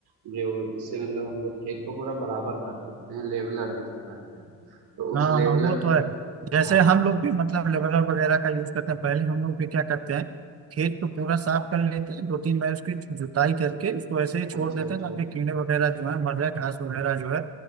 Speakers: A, on the right; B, on the right.
A: जो जिससे मतलब हम लोग खेत को पूरा बराबर कर देते हैं लेवलर जिसको कहते हैं तो
B: हाँ
A: उस लेवलर
B: हाँ वो तो है जैसे
A: हाँ
B: हम लोग भी मतलब लेवलर वगैरह का यूज करते हैं पहले हम लोग भी क्या करते हैं खेत को पूरा साफ कर लेते हैं दो तीन बार उसकी जुताई करके उसको ऐसे ही छोड़
A: अच्छा,
B: देते
A: अच्छा।
B: हैं ताकि कीड़े वगैरह जो है मर जाए घास वगैरह जो है